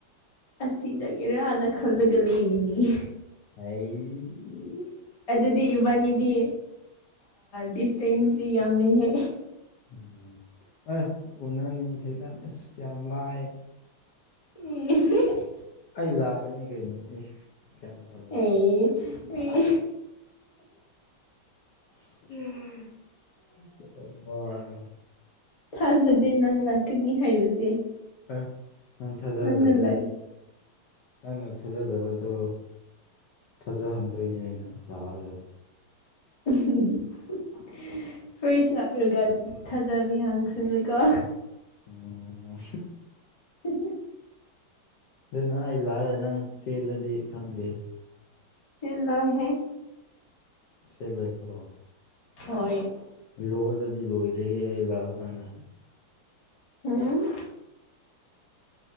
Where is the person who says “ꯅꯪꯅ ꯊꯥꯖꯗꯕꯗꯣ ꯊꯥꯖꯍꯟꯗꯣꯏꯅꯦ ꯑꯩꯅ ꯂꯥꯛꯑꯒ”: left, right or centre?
Left